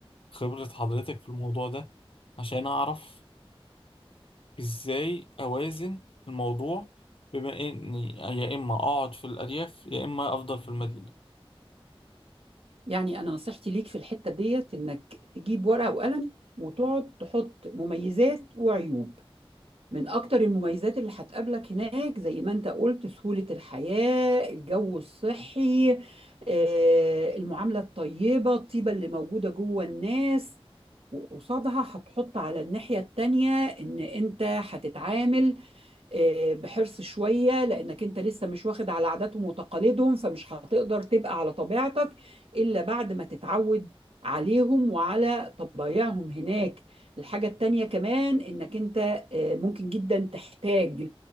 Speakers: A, on the left; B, on the right.
A: خبرة حضرتك في الموضوع ده عشان اعرف ازاي اوازن الموضوع بما اني يا اما اقعد في الارياف يا اما افضل في المدينة
B: يعني انا نصيحتي ليك في الحتة ديت انك تجيب ورقة وقلم وتقعد تحط مميزات وعيوب من اكتر المميزات اللي هتقابلك هناك زي ما انت قلت سهولة الحياة الجو الصحي آه، المعاملة الطيبة الطيبة اللي موجودة جوه الناس وقصادها هتحط على الناحية التانية إن أنت هتتعامل آه، بحرص شوية لأنك أنت لسه مش واخد على عاداتهم وتقاليدهم فمش هتقدر تبقى على طبيعتك إلا بعد ما تتعود عليهم وعلى طبايعهم هناك الحاجة التانية كمان إنك أنت آه، ممكن جدا تحتاج